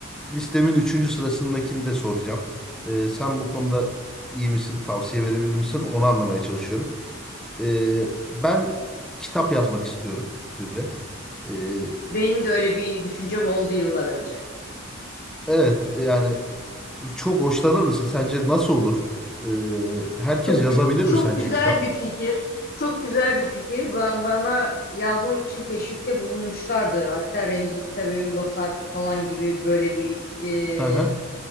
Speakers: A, in the centre; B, on the left (about 45°).
A: listemin üçüncü sırasındakini de soracağım. Ee, sen bu konuda iyi misin, tavsiye verebilir misin? Onu anlamaya çalışıyorum. Ee, ben kitap yazmak istiyorum Zühre. Ee,
B: Benim de öyle bir düşüncem oldu yıllar önce.
A: evet yani çok hoşlanır mısın? Sence nasıl olur? Ee, herkes
B: Çok
A: yazabilir
B: güz- çok
A: mi sence
B: güzel
A: kitap?
B: bir fikir. Çok güzel bir fikir. Ben bana yazmam için teşvikte bulunmuşlardır. Hatta Remzi Kitabevi basar falan gibi böyle bir
A: Hı hı.
B: e,